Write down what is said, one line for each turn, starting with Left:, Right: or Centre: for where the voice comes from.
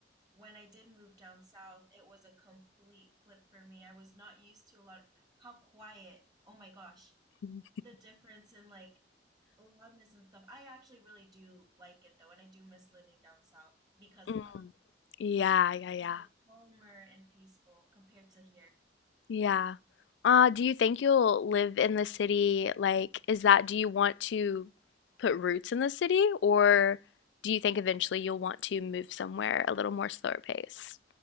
Right: when I did move down south, it was a complete flip for me. I was not used to a lot how quiet. Oh my gosh,
Left: Mhm.
Right: the difference in like loudness and stuff. I actually really do like it though, and I do miss living down south because
Left: Mm.
Right: of that.
Left: Yeah,
Right: It's
Left: yeah, yeah.
Right: more calmer and peaceful compared to here.
Left: Yeah. Uh, do you think you'll live in the city? Like, is that, do you want to put roots in the city, or do you think eventually you'll want to move somewhere a little more slower pace?